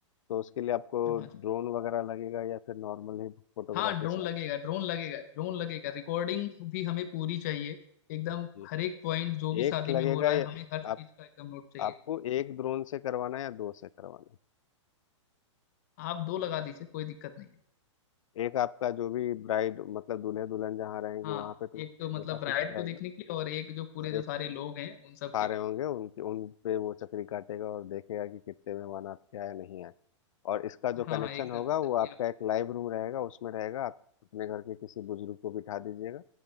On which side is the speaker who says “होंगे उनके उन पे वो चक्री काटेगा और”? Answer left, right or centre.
Left